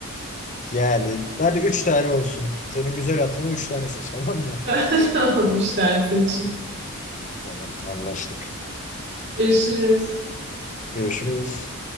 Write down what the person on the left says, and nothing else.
Yani hadi üç tane olsun. Senin güzel hatırına üç tane seç tamam mı?
Tamam anlaştık.
Görüşürüz.